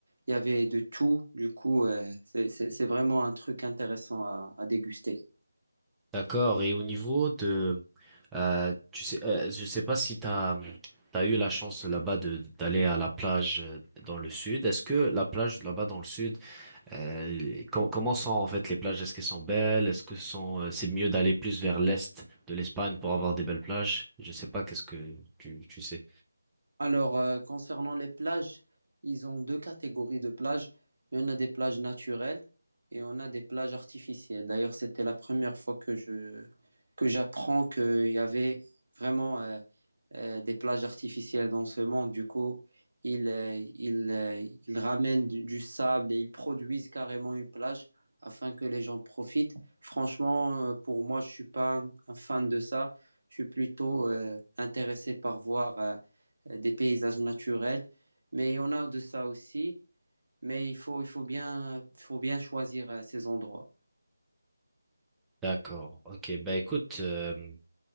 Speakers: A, on the right (about 60°); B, in the centre.
A: Il y avait de tout. Du coup, euh, c'est c'est- c'est vraiment un truc intéressant à, à déguster.
B: D'accord. Et au niveau de, euh, tu sais, euh, je sais pas si t'as, t'as eu la chance là-bas de d'aller à la plage euh, dans le sud. Est-ce que la plage là-bas dans le sud, euh, com- comment sont en fait les plages? Est-ce qu'elles sont belles? Est-ce que sont, euh, c'est mieux d'aller plus vers l'est de l'Espagne pour avoir des belles plages? Je sais pas. Qu'est-ce que tu, tu sais?
A: Alors, euh, concernant les plages, ils ont deux catégories de plages. Il y en a des plages naturelles et on a des plages artificielles. D'ailleurs, c'était la première fois que je, que j'apprends qu'il y avait vraiment euh, euh, des plages artificielles dans ce monde. Du coup, ils, euh, ils, euh, ils ramènent du, du sable et ils produisent carrément une plage afin que les gens profitent. Franchement, euh, pour moi, je suis pas un, un fan de ça. Je suis plutôt euh, intéressé par voir. euh, euh, des paysages naturels. Mais on a de ça aussi, mais il faut, il faut bien, il faut bien choisir euh, ces endroits.
B: D'accord. Ok. Bah écoute. euh,